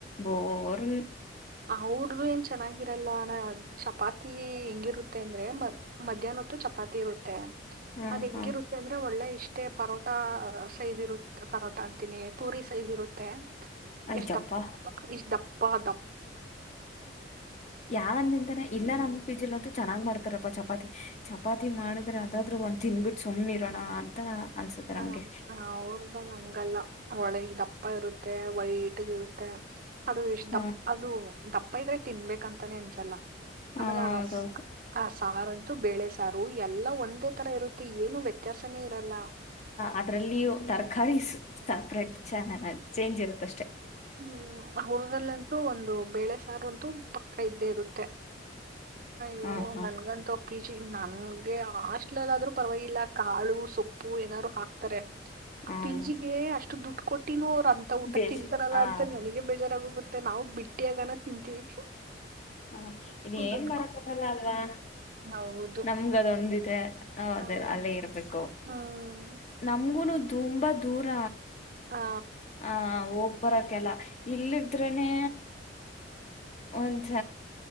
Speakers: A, on the left; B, on the right.
A: ಬೋರ್
B: ಅವ್ರದುು ಏನ್ ಚೆನ್ನಾಗಿರಲ್ಲ ಚಪಾತಿ ಹೆಂಗಿರುತ್ತೆ ಅಂದ್ರೆ ಮ್ ಮಧ್ಯಾಹ್ನ ಚಪಾತಿ ಇರುತ್ತೆ
A: ಹಾ
B: ಅದು ಹೆಂಗಿರುತ್ತೆ
A: ಹಾ
B: ಅಂದ್ರೆ ಒಳ್ಳೆ ಇ ಇಷ್ಟೇ ಪರೋಟಾ ಸೈಜ್ ಇರುತ್ತ ಪರೋಟ ಅಂತೀನಿ ತೂರಿ ಸೈಜ್ ಇರುತ್ತೆ
A: ಅಯ್ಯಪ್ಪಾ
B: ಎ ಎ್ದ ಪಾದ
A: ಯಾವಂದ ನಿಿಂದಾನ ಇಲ್ಲ ನಮ ಪಿ ಜಿಲ್ ಅಂತೂ ಚೆನ್ನಾಗ್ ಮಾಡ್ತ ತಪ್ಪ ಚಪಾತಿ ಚಪಾತಿ ಮಾಡಿದ್ರೆ ಅದಾದ್ರೂ ಒಂದ್ ತಿನ್ಬಿಟ್ಟು ಸುಮ್ನೆ ಇರೋಣ ಅಂತ ಅನ್ಸುತ್ತೆ
B: ಹ
A: ನಮ್ಗೆ
B: ಅವ್ರ್ದ ನಂಗಲ್ಲ ಒಳ್ಳೆಷ್ಟ ದಪ್ಪ ಇರುತ್ತೆ ವೈಟ್ಗ ಇರುತ್ತೆ ಅದು ಎಷ್ಟ ದ
A: ಹಾ
B: ಅದು ದಪ್ಪ ಅಪ್ಪ ಇದ್ರೆ ತಿನ್ಬೇಕಂತಾನೆ ಅನ್ಸಲ್ಲ
A: ಹ
B: ಆಮೇಲೆ ಆ
A: ಹೌದೌದು
B: ರಸ್ಕ್ ಸಾರಂತೂ ಬೇಳೆ ಸಾರು ಎಲ್ಲ ಒಂದೇ ತರ ಇರುತ್ತೆ ಏನು ವ್ಯತ್ಯಾಸನೇ ಇರಲ್ಲ
A: ಅದರಲ್ಲಿಯೂ ತರಕಾರೀ ಸಪ್ರೇಟ್ ಚ ಚೇಂಜ್ ಇರುತ್ತಷ್ಟೆ
B: ಹ್ಮ್ ಊರದಲ್ಲಂತೂ ಒಂದು ಬೇಳೆ ಸಾರು ಅಂತೂ ಪಕ್ಕ ಇದ್ದೇ ಇರುತ್ತೆ ಅಯ್ಯೋ
A: ಹಾ ಹಾ
B: ನನ್ಗಂತೂ ಅ ಪಿ ಜಿ ನನ್ಗೆ ಆಸ್ಟ್ಲಲ್ಾದ್ರೂ ಪರವಾಗಿಲ್ಲ ಕಾಳು ಸೊಪ್ಪ ಪ್ಪು ಏನಾದ್ರು ಹಾಕ್ತಾರೆ
A: ಹ್ಮ
B: ಪಿಜಿಗೆ ಅಷ್ಟು ದುಡ್ಡು ಕೊಟ್ಟಿನ ಅವರು ಅಂತ ಊಟ
A: ಬೇಸ್
B: ತಿನ್ ಅಂತ
A: ಹ
B: ನನಗೆ ಬೇಜಾರಾಗೋಗುತ್ತೆ ನಾವು ಬಿಟ್ಟಿಿಯಗಾನ ತಿಂತೀವಿ
A: ಹಾ ಇನ್ ಏನ್
B: ದುಡ್ಡು
A: ಮಾಡಕ್ಕ
B: ಕೊಟ್ಟು.
A: ಆಗಲ್ಲ ಅಲ್ವಾ
B: ಹೌದು
A: ನಮ್ಗ ಅದೊಂದಿದೆ ಹ
B: ಹ್ಮ್
A: ಅದೇ ಅಲ್ಲೇ ಇರ್ಬೇಕು
B: ಹ್ಮ್
A: ನಮ್ಗುನು ತುಂಬಾ ದೂರ
B: ಆ
A: ಹ ಹೋಗ್ಬರಕಲ್ಲ ಇಲ್ಲಿದ್ರನೆ ಒಂಸ